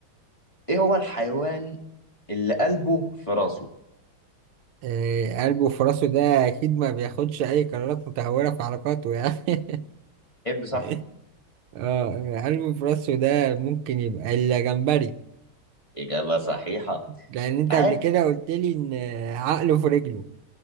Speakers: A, on the left (about 15°); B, on the right (about 85°).
A: ايه هو الحيوان اللي قلبه في راسه
B: آه... قلبه وفراسه ده أكيد ما بياخدش أي قرارات متهورة في علاقاته يعني
A: يحب
B: <laughs>
A: صح
B: اه قلب في راسه ده ممكن يبقى الجمبري
A: اجابه صحيحه
B: لان انت
A: تعال
B: قبل كده قلت لي ان عقله في رجله